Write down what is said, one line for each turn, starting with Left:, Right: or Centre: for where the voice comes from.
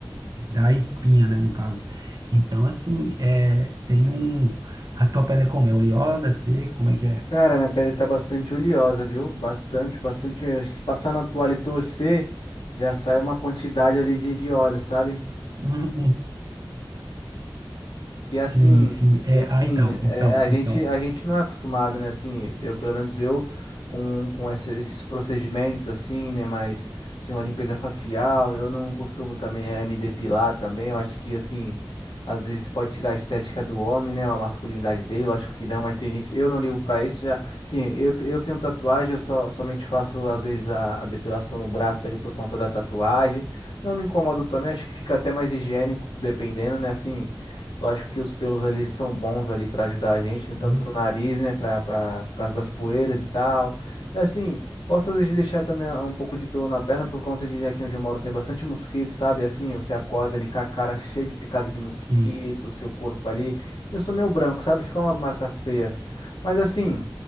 Right: Da espinha, né, no caso. Então, assim, é, tem um... A tua pele é como? É oleosa? É seca? Como é que é?
Left: Cara, minha pele tá bastante oleosa, viu? Bastante, bastante. mesmo. Acho que se passar na toalha e torcer, já sai uma quantidade ali de, de óleo, sabe?
Right: Uhum.
Left: E
Right: Sim,
Left: assim,
Right: sim. É,
Left: e assim,
Right: ah, então,
Left: é,
Right: então,
Left: a gente,
Right: então.
Left: a gente não é acostumado, né? Assim, eu, pelo menos eu, com, com esse- esses procedimentos assim, né? Mas, assim, uma limpeza facial, eu não costumo também é, me depilar também. Eu acho que, assim, às vezes pode tirar a estética do homem, né? A masculinidade dele, eu acho que não, mas tem gente, eu não ligo pra isso. Já, sim, eu, eu tenho tatuagem, eu só, somente faço, às vezes, a, a depilação no braço ali por conta da tatuagem. Não me incomodo também, acho que fica até mais higiênico, dependendo, né? Assim. Lógico que os pelos ali são bons ali para ajudar a gente, né? Tanto
Right: Hum,
Left: no nariz, né? para para por causa das poeiras e tal. E assim, gosto às vezes de deixar também ah, um pouco de pelo na perna por conta de aqui onde eu moro tem bastante mosquito, sabe? Assim, você acorda ali com a cara cheia de picada de mosquito,
Right: Sim.
Left: seu corpo ali. Eu sou meio branco, sabe? Ficam umas marcas feias. Mas assim,